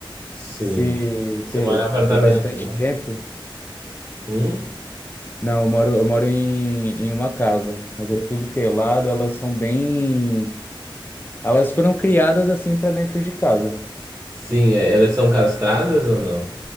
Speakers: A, on the right (about 20°); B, on the left (about 20°).
A: Sim.
B: Você
A: Você
B: te-
A: mora em apartamento,
B: foi bastante
A: né?
B: tempo?
A: Hum?
B: Não, eu moro, eu moro em, em uma casa, mas é tudo telado, elas são bem. Elas foram criadas assim para dentro de casa.
A: Sim, é, elas são castradas ou não?